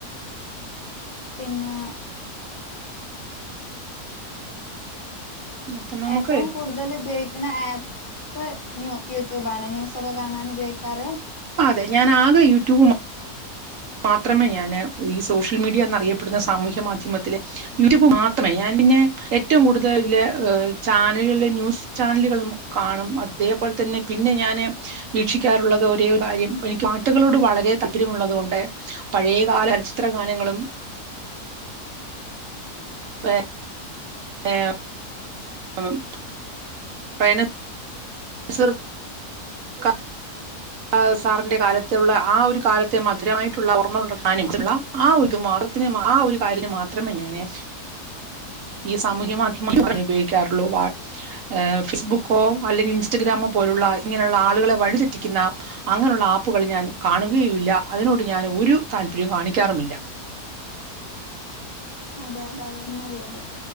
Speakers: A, on the left; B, on the right.
A: പിന്നാ
B: അപ്പൊ നമുക്ക്
A: ഏറ്റവും കൂടുതല് ഉപയോഗിക്കുന്ന ആപ്പ്? ക്ക് ന്യൂ യൂട്യൂബാണോ ന്യൂസൊക്കെ കാണാൻ ഉപയോഗിക്കാറ്
B: അതെ ഞാൻ ആകെ യൂട്യൂബ് മാ മാത്രമേ ഞാന് ഈ സോഷ്യൽ മീഡിയ എന്നറിയപ്പെടുന്ന സാമൂഹ്യ മാധ്യമത്തില് യൂട്യൂബ് മാത്രമല്ല ഞാൻ പിന്നെ ഏറ്റവും കൂടുതല് ചാനലുകളെ ന്യൂസ് ചാനലുകളും കാണും അതേപോൽ തന്നെ പിന്നെ ഞാന് വീക്ഷിക്കാറുള്ളത് ഒരേ ഒര് കാര്യം എനിക്ക് പാട്ടുകളോട് വളരെ താപര്യമുള്ളതോണ്ട് പഴേ കാല ചലച്ചിത്ര ഗാനങ്ങളും ഏ ഏം ഉം പൈന് സ്ർ ക ആ സാറിന്റെ കാലത്തുള്ള ആ ഒരു കാലത്തെ മധുരമായിട്ടുള്ള ഓർമ കൊണ്ട് അവസാനിച്ചിട്ടുള്ള ആ ഒരു മാർത്തിന് ആ ഒരു കാര്യത്തിനു മാത്രമേ ഞാന് ഈ സാമൂഹ്യ മാധ്യമങ്ങളെ ഉപയോഗിക്കാറുള്ളു ആ ഫേസ്ബുക്കോ അല്ലെങ്കി ഇൻ ഇൻസ്റ്റഗ്രാമോ പോലുള്ള ഇങ്ങനുള്ള ആളുകളെ വഴിതെറ്റിക്കുന്ന അങ്ങനുള്ള ആപ്പുകൾ ഞാൻ കാണുകയേ ഇല്ല അതിനോട് ഞാൻ ഒരു താല്പരൃം കാണിക്കാറുമില്ല.
A: അതെ അത അതാ നല്ലത്.